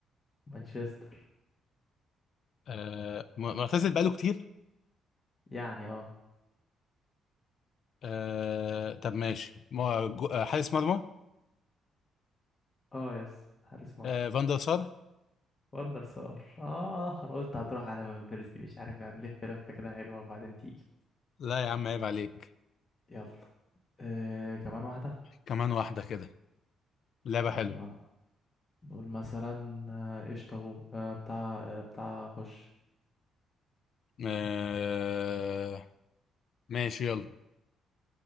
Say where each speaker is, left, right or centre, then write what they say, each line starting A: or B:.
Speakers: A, on the left; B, on the left.
A: مانشستر
B: آه، م- معتزل بقاله كتير
A: يعني اه
B: آه، طب ماشي مو- جو- آه، حارس مرمى
A: اه يس حارس مرمى
B: آه، فان دير سار
A: وندر سار اه انا قلت هتروح على فان بيرسي مش عارف يعني لف لفه كده حلوه وبعدين تيجي
B: لا يا عم عيب عليك
A: يلا آه كمان واحده
B: كمان واحدة كده لعبة
A: يلا
B: حلوة
A: نقول مثلا آه، قشطه اهو آه بتاع آه بتاع خش
B: آه، ماشي يلا